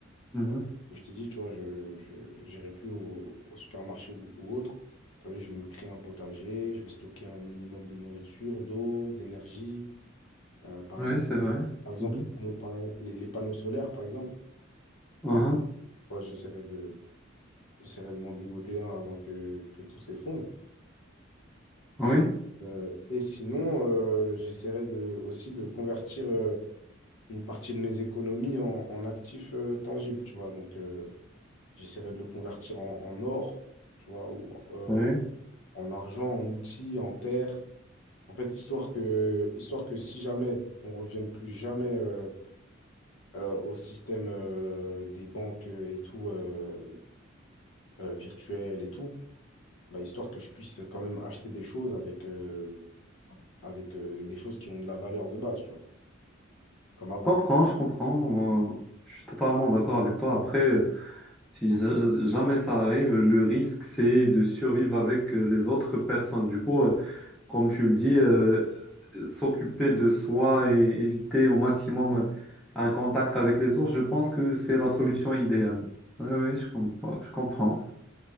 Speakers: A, in the centre; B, on the left.
A: mhm.
B: Alors, Comme je te dis, tu vois, je n'irai plus au, au supermarché ou, ou autre. T'as vu, je vais me créer un potager, je vais stocker un minimum de nourriture, d'eau, d'énergie. Euh, par
A: Ouais,
B: exemple,
A: c'est vrai.
B: par exemple,
A: Mhm.
B: les panneaux, par- les, les panneaux solaires, par exemple.
A: Mhm.
B: Tu vois, j'essaierai de, j'essaierai de m'en dégoter un avant que, que tout s'effondre.
A: Oui.
B: Euh, et sinon, euh, j'essaierai de, aussi de convertir. euh, une partie de mes économies en, en actifs euh, tangibles, tu vois. Donc, euh, j'essaierai de le convertir en, en or, tu vois, ou euh,
A: Oui.
B: en argent, en outils, en terre. En fait, histoire que, histoire que si jamais on revienne plus jamais euh, euh, au système euh, des banques euh, et tout, euh, euh, virtuel et tout, bah, histoire que je puisse quand même acheter des choses avec, euh, avec euh, des choses qui ont de la valeur de base, tu vois, comme
A: Je
B: avant.
A: comprends, je comprends. euh, je suis totalement d'accord avec toi. Après, euh, si ja- jamais ça arrive, le risque, c'est de survivre avec euh, les autres personnes. Du coup, euh, comme tu le dis, euh, euh, s'occuper de soi et éviter au maximum un contact avec les autres, je pense que c'est la solution idéale. Oui, oui, je comprends. Je comprends.